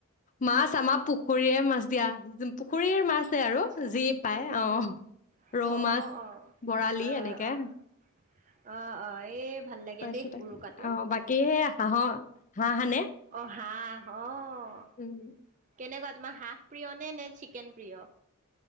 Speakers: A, on the left; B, on the right.
A: মাছ আমাৰ পুখুৰীৰে মাছ দিয়া পুখুৰীৰ মাছ ছে আৰু
B: আচ্ছা
A: যি পায়
B: উম হম
A: অ
B: হম
A: ৰৌ
B: অ
A: মাছ
B: অ
A: বৰালি
B: অ অ
A: এনেকে
B: অ অ এই ভাল লাগে
A: তাৰপিছতে
B: দেই উৰুকাটো
A: অ' বাকী
B: উম
A: সেই হাঁহৰ হাঁহ আনে
B: অ হাঁহ আহ
A: উম,
B: তেনেকুৱা তোমাৰ হাঁহ প্ৰিয় নে নে চিকেন প্ৰিয়